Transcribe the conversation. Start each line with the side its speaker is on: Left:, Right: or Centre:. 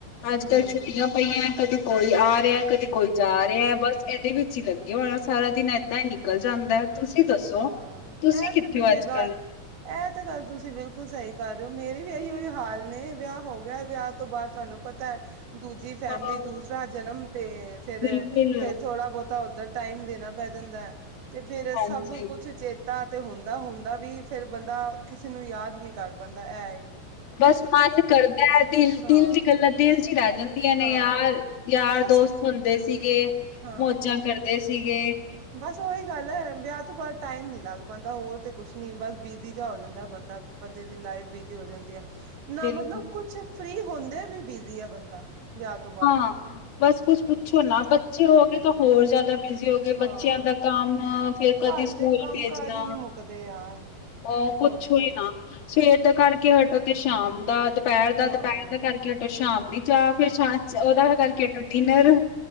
Left: ਅੱਜ਼
Right: ਹੂੰ
Left: ਕੱਲ ਛੁੱਟੀਆਂ ਪਈਆਂ ਏਂ, ਕਦੀ ਕੋਈ ਆ ਰਿਹਾ ਕਦੀ ਕੋਈ ਜਾ ਰਿਹਾ ਏ, ਬਸ ਇਹਦੇ ਵਿੱਚ ਹੀ ਲੱਗੇ ਹੋਏ ਆਂ ਸਾਰਾ ਦਿਨ ਐਦਾ ਹੀ ਨਿਕਲ ਜਾਂਦਾ ਏ। ਤੁਸੀ ਦੱਸੋ।
Right: ਹਾਂ
Left: ਤੁਸੀਂ
Right: ਐਹ
Left: ਕਿੱਥੇ
Right: ਤੇ ਤੁਸੀਂ
Left: ਹੋ ਅੱਜ
Right: ਗੱਲ-
Left: ਕੱਲ
Right: ਐਹ ਤੇ ਗੱਲ ਤੁਸੀ ਬਿਲਕੁਲ ਸਹੀ ਕਰ ਰਹੇ ਹੋ, ਮੇਰੀ ਵੀ ਅਈ ਅਈਓ ਹਾਲ ਨੀ ਵਿਆਹ ਹੋ ਗਿਆ, ਵਿਆਹ ਤੋ ਬਾਅਦ ਤੁਹਾਂਨੂੰ ਪਤਾ ਹੈਂ, ਦੂਜੇ -ਜੀ ਫੈਮਿਲੀ,
Left: ਹਾਂ
Right: ਦੂਸਰਾ ਜਨਮ ਤੇ ਫਿਰ-ਫਿਰ
Left: ਬਿਲਕੁਲ
Right: ਥੋੜਾ ਬਹੁਤ ਤਾ ਉੱਧਰ ਟਾਈਮ ਦੇਨਾ ਪੈ ਜਾਂਦਾ ਐ ਤੇ ਫੇਰ
Left: ਹਾਂਜੀ
Right: ਸਭ ਕੁੱਛ ਚੇਤਾ ਤਾ ਤੇ ਹੁੰਦਾ-ਹੁੰਦਾ ਵੀ, ਫਿਰ ਬੰਦਾ ਕਿਸੇ ਨੂੰ ਯਾਦ ਨੀ ਕਰ ਪਾਉਂਦਾ। ਐ ਏ
Left: ਬਸ ਮਨ ਕਰਦਾ ਐ। ਦਿਲ-ਦਿਲ
Right: ਹਾਂ
Left: ਦੀ ਗੱਲਾਂ ਦਿਲ 'ਚ ਈ ਰਹਿ ਜਾਂਦੀਆਂ ਨੇ,
Right: ਹਾਂ
Left: ਯਾਰ। ਯਾਰ-ਦੋਸਤ
Right: ਬਸ
Left: ਹੁੰਦੇ ਸੀਗੇ।
Right: ਹਾਂ
Left: ਮੌਜਾਂ ਕਰਦੇ ਸੀਗੇ।
Right: ਬਸ ਉਹੀ ਗੱਲ ਐ। ਵਿਆਹ ਤੋਂ ਬਾਅਦ ਟਾਈਮ ਨੀ ਲੱਗ ਪਾਂਦਾ। ਹੋਰ ਤੇ ਕੁੱਛ ਨੀ, ਬਸ ਬਿਜ਼ੀ ਜਿਹਾ ਹੋ ਜਾਂਦ ਦਾ ਏ ਬੰਦਾ। ਬੰਦੇ ਦੀ ਲਾਈਫ ਬਿਜ਼ੀ ਹੋ ਜਾਂਦੀ ਐ। ਨਾ
Left: ਬਿਲਕੁਲ
Right: ਮਤਲਬ ਕੁੱਛ ਫ੍ਰੀ ਹੁੰਦੇ ਵੀ ਬਿਜ਼ੀ ਆ ਬੰਦਾ, ਵਿਆਹ ਤੋ ਬਾਅਦ।
Left: <inaudible> ਬਸ ਕੁੱਛ ਪੁੱਛੋ ਨਾ, ਬੱਚੇ ਹੋਗੇ ਤੇ ਹੋਰ ਜ਼ਾਦਾ ਬਿਜ਼ੀ ਹੋਗੇ।
Right: ਹਾਂ
Left: ਬੱਚਿਆਂ ਦਾ ਕੰਮ, ਫੇਰ ਕਦੀ
Right: ਘਰ
Left: ਸਕੂਲ
Right: ਦੇ ਕੰਮ
Left: ਭੇਜਨਾ
Right: ਕਾਜ ਹੀ ਨੀ ਮੁੱਕਦੇ ਯਾਰ
Left: ਆਹ, ਪੁੱਛੋ
Right: ਹੋਰ ਕੀ
Left: ਈ
Right: ਦੱਸੇ
Left: ਨਾ। ਸੁਵੇਰ ਦਾ ਕਰਕੇ ਹਟੋ ਤੇ ਸ਼ਾਮ ਦਾ, ਦੁਪਹਿਰ
Right: ਹਾਂ
Left: ਦਾ, ਦੁਪਹਿਰ ਦਾ ਕਰਕੇ ਹਟੋ, ਸ਼ਾਮ ਦੀ ਚਾਹ। ਫੇਰ ਸ਼ਾਮ 'ਚ ਉਹਦਾ, ਓਹ ਕਰਕੇ ਹਟੋ ਡਿਨਰ।